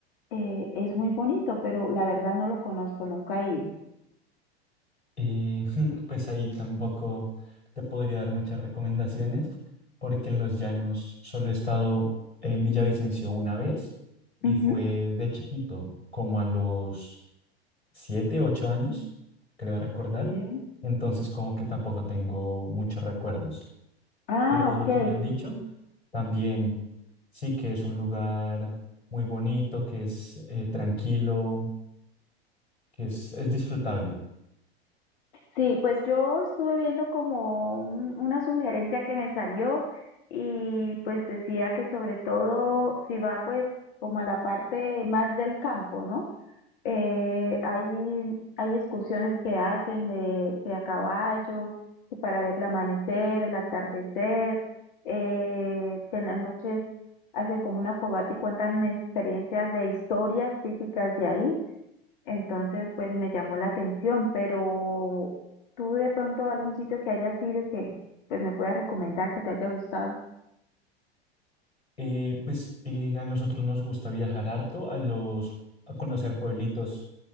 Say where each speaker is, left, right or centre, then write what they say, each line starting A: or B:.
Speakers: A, on the left (about 55°); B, on the left (about 80°).
A: eh, es muy bonito, pero la verdad no lo conozco, nunca he ido.
B: y <laughs> pues ahí tampoco te podría dar muchas recomendaciones, porque en los llanos solo he estado en Villavicencio una vez y
A: Ujú.
B: fue de chiquito, como a los siete, ocho años, creo recordar.
A: ¿sí?
B: Entonces, como que tampoco tengo muchos recuerdos.
A: Ah,
B: pero de
A: ok.
B: lo que me han dicho, también sí que es un lugar muy bonito, que es eh, tranquilo, que es, es disfrutable.
A: Sí, pues yo estuve viendo como un- una sugerencia que me salió y pues decía que sobre todo si va pues como a la parte más del campo, ¿no? Eh, hay, hay excursiones que hacen de, de a caballo, que para ver el amanecer, el atardecer, eh, que en las noches hacen como una fogata y cuentan experiencias de historias típicas de ahí. Entonces, pues me llamó la atención, pero tú de pronto algún sitio que hayas ido que pues me puedas recomendar que te haya gustado.
B: Eh, pues eh, a nosotros nos gusta viajar harto a los, a conocer pueblitos